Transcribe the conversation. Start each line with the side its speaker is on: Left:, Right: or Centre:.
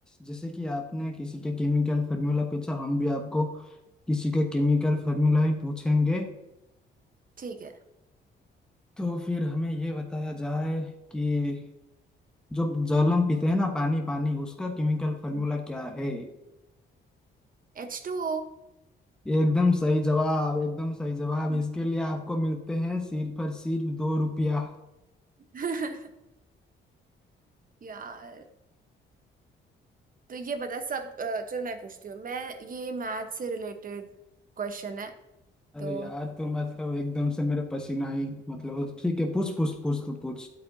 Centre: जैसे कि आपने किसी के केमिकल फॉर्मूला पूछा हम भी आपको किसी के केमिकल फॉर्मूला ही पूछेंगे
Right: ठीक है
Centre: तो फिर हमें ये बताया जाए कि जो जल हम पीते हैं ना पानी पानी उसका केमिकल फॉर्मूला
Right: हम्म,
Centre: क्या है
Right: एच टू ओ
Centre: एकदम सही जवाब एकदम सही जवाब
Right: <laughs>
Centre: इसके लिए आपको मिलते हैं सिर्फ और सिर्फ दो रुपया
Right: हम्म, यार तो ये बता सब अ, चल मैं पूछती हूँ मैं ये मैथ से रिलेटेड क्वेश्चन है तो
Centre: अरे यार तो मतलब एकदम से मेरे पसीना ही मतलब ठीक है पूछ पूछ पूछ तो पूछ